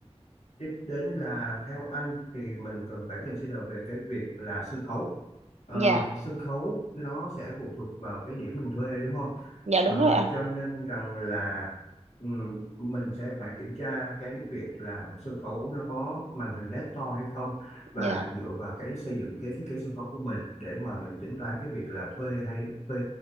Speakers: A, on the left; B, on the right.
A: tiếp đến là theo anh thì mình cần phải consider về cái việc là sân khấu Ờ,
B: dạ
A: sân khấu nó sẽ phụ thuộc vào cái điểm mình thuê đúng không
B: dạ đúng
A: Ờ,
B: rồi anh
A: cho nên rằng là ừm, mình sẽ phải kiểm tra cái việc là sân khấu nó có màn hình LED to hay không và
B: dạ
A: dựa vào cái xây dựng cái thiết kế sân khấu của mình để mà mình tính toán cái việc là thuê hay thuê